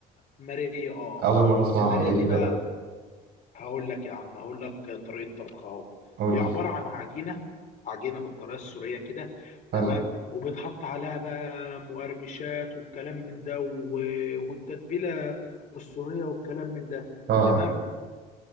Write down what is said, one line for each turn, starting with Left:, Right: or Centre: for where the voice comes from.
Left: مارية آه
Right: أول مرة أسمع
Left: المارية
Right: عنها إيه
Left: دي
Right: دي
Left: بقى
Right: بقى
Left: هقول لك يا عم هقول لك طريقه طبخها اهو
Right: قول
Left: هي
Right: لي
Left: عباره عن عجينه عجينه بالطريقه السوريه كده
Right: حلو
Left: تمام وبتحط عليها بقى مقرمشات والكلام من ده و- والتتبيله السوريه والكلام من ده
Right: اه
Left: تمام